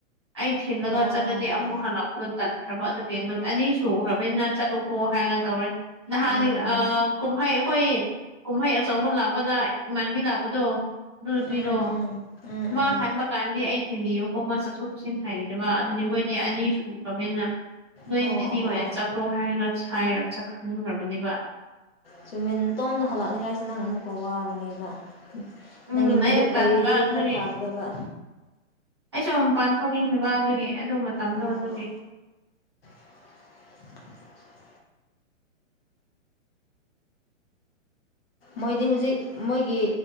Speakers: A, on the right; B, on the left.
A: ꯑꯩ ꯊꯤꯂꯒ
B: ꯑꯣ
A: ꯆꯠꯂꯗꯤ ꯑꯃꯨꯛ ꯍꯥꯟ ꯂꯥꯛꯄꯗꯣ ꯇꯟꯈ꯭ꯔꯕ ꯑꯗꯨꯒꯤ ꯅꯨꯠ ꯑꯅꯤ ꯁꯨꯈꯔꯕꯅꯤꯅ ꯆꯠꯂꯣꯀꯣ ꯍꯥꯏꯔ ꯇꯧꯔꯦ ꯅꯍꯥꯟ
B: ꯎꯝ ꯎꯝ
A: ꯀꯨꯝꯍꯩ ꯑꯩꯈꯣꯏ ꯀꯨꯝꯍꯩ ꯑꯆꯧꯕ ꯂꯥꯛꯄꯗ ꯏꯃꯥꯟꯕꯤ ꯂꯥꯛꯄꯗꯣ ꯑꯗꯨꯄꯤꯔꯣ
B: ꯎꯝ ꯎꯝ ꯎꯝ
A: ꯃꯥ
B: ꯎꯝ
A: ꯍꯟꯥꯟꯕ ꯀꯥꯟꯗꯤ ꯑꯩ ꯊꯦꯡꯕꯤꯌꯨꯀꯣ ꯃꯥ ꯆꯠꯊꯣꯛ ꯆꯠꯁꯤꯟ ꯍꯩꯇꯕꯕ ꯑꯗꯨꯗꯤ ꯃꯣꯏꯗꯤ ꯑꯅꯤ ꯁꯨꯈ꯭ꯔꯕꯅꯤꯅ ꯅꯣꯏꯗꯤ
B: ꯑꯣ ꯑꯣ
A: ꯍꯣꯏꯅ
B: ꯑꯣ
A: ꯆꯠꯈ꯭ꯔꯣ ꯍꯥꯏꯔꯒ ꯁꯥꯏꯔ ꯆꯠꯈꯟꯈ꯭ꯔꯕꯅꯦꯕ
B: ꯆꯨꯃꯤꯟꯇꯣꯝꯗ ꯍꯥꯂꯛꯅꯤꯡꯉꯥꯏꯁꯤ ꯅꯪ ꯑꯃꯨꯛꯀ ꯋꯥꯒꯅꯦꯕ
A: ꯎꯝ
B: ꯅꯪꯒꯤ ꯃꯔꯨꯞ
A: ꯑꯩꯅ
B: ꯂꯩꯔꯗꯤ
A: ꯇꯟꯕ ꯑꯗꯨꯒꯤ
B: ꯈꯔ ꯐꯥꯒꯗꯕ
A: ꯑꯩꯁꯨ ꯃꯄꯥꯟ ꯊꯣꯛꯃꯤꯟꯅꯕ ꯑꯗꯨꯒꯤ ꯑꯗꯨ ꯃꯇꯝꯗꯣ
B: ꯑꯣ
A: ꯑꯗꯨꯒꯤ
B: <unintelligible> ꯃꯣꯏꯗꯤ ꯍꯧꯖꯤꯛ ꯃꯣꯏꯒꯤ